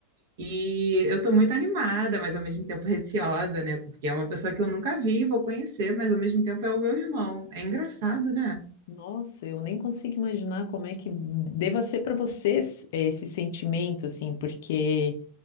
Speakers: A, on the right; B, on the left.
A: E eu estou muito animada, mas ao mesmo tempo receosa, né? Porque é uma pessoa que eu nunca vi, vou conhecer, mas ao mesmo tempo é o meu irmão. É engraçado, né?
B: nossa, eu nem consigo imaginar como é que deva ser para você esse esse sentimento, assim, porque